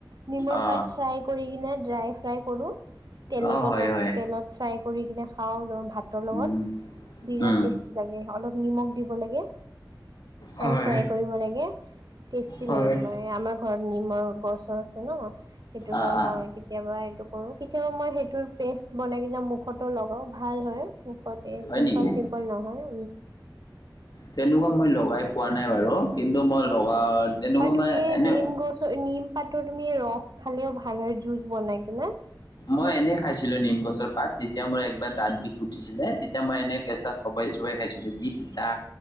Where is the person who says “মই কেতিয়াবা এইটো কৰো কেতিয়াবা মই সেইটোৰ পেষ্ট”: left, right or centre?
Right